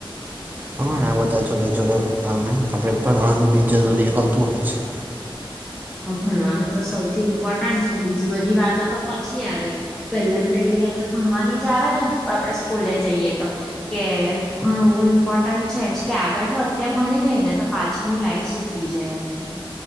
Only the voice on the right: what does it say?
હા બધા જોડે જોડે આમ આપણે ભણવાનું બી જરૂરી હોતું હોય છે.